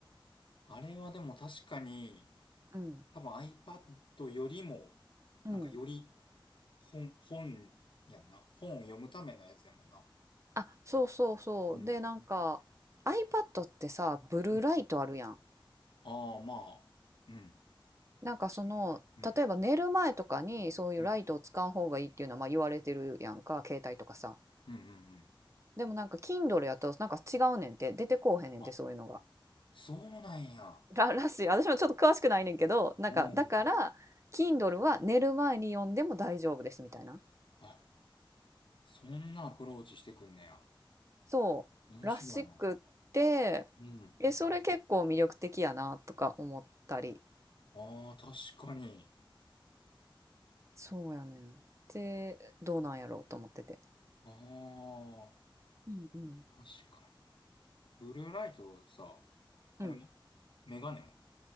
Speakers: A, on the left; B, on the right.
A: あ、あれはでも確かに、
B: うん。
A: 多分 iPad よりも、
B: うん。
A: なんかより本、本やんな。本を読むためのやつやもんな。
B: あ、そうそうそう。
A: うん。
B: で、なんか、iPad ってさ、ブルーライトあるやん。
A: うん。ああ、まあ、うん。
B: なんかその例えば寝る前とかにそういうライトを使う方がいいっていうのはまあ言われてるやんか携帯とかさ
A: 確かにね。うん。うん。うんうんうん。
B: でもなんか Kindle やとなんか違うねんって出てこうへんねんってそういうのが
A: あ、そうなんや。
B: ら、らしい私もちょっと詳しくないねんけどなんかだから
A: うん。
B: Kindle は寝る前に読んでも大丈夫ですみたいな
A: あ、そんなアプローチしてくんねや。
B: そうらしくって
A: 面白いな。うん。
B: えそれ結構魅力的やなとか思ったり
A: ああ、確かに。
B: そうやねんでどうなんやろうと思ってて
A: ああ、
B: うんうん
A: 確かに。ブルーライトさ、あれは
B: うん
A: メガネは